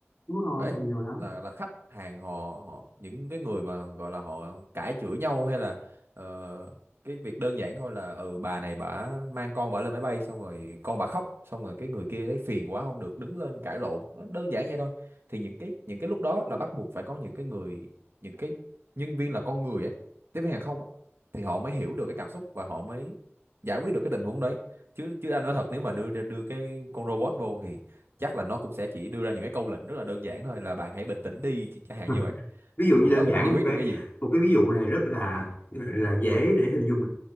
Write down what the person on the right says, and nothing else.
ấy
là là khách hàng họ họ những cái người mà gọi là họ cãi chửi nhau hay là ờ, cái việc đơn giản thôi là ừ bà này bả mang con bả lên máy bay xong rồi con bả khóc xong rồi cái người kia thấy phiền quá không được đứng lên cãi lộn nó đơn giản vậy thôi thì những cái những cái lúc đó là bắt buộc phải có những cái người những cái nhân viên là con người ấy tiếp viên hàng không ấy, thì họ mới hiểu được cái cảm xúc và họ mới giải quyết được cái tình huống đấy chứ chứ anh nói thật nếu mà đưa ra đưa cái con robot vô thì chắc là nó cũng sẽ chỉ đưa ra những cái câu lệnh rất là đơn giản thôi là bạn hãy bình tĩnh đi chẳng hạn
như vậy
thì
nó cũng
không giải
quyết
được cái gì